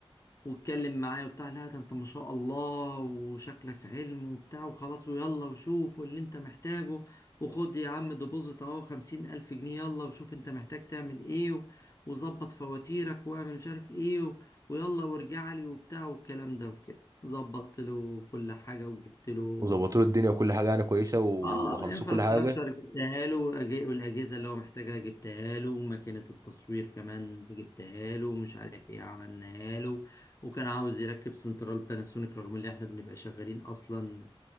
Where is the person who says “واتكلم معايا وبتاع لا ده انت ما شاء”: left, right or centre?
Left